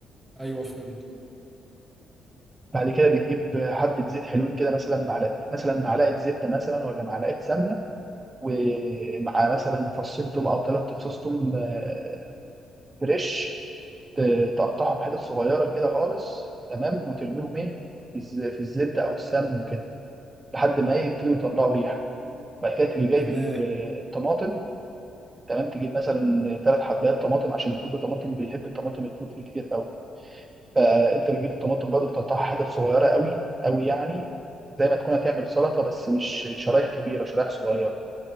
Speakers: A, in the centre; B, on the right.
A: ايوه فهمت
B: بعد كده بتجيب حبه زيت حلوين كده مثلا معلقه مثلا معلقه زبده مثلا ولا معلقه سمنه ومع مثلا فصين توم او ثلاث فصوص توم آه، فريش ت- تقطعهم حتت صغيرة كده خالص تمام وترميهم إيه في الز- في الزبدة أو السمن وكده لحد ما إيه يبتدوا يطلعوا ريحة بعد كده تيجي جايب
A: تمام
B: ال- الطماطم تمام تجيب مثلا ثلاث حبات طماطم عشان الفول بالطماطم بيحب الطماطم الفول فيه كتير قوي فأنت بتجيب الطماطم برضه بتقطعها حتت صغيرة قوي قوي يعني زي ما تكون هتعمل سلطة بس مش شرايح كبيرة شرايح صغيرة